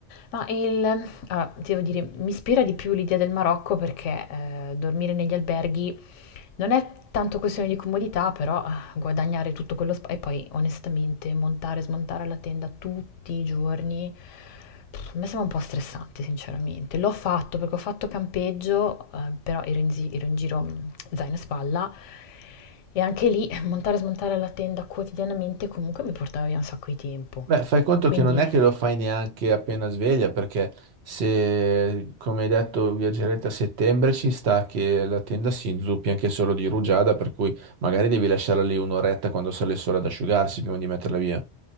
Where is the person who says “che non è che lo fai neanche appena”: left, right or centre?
Right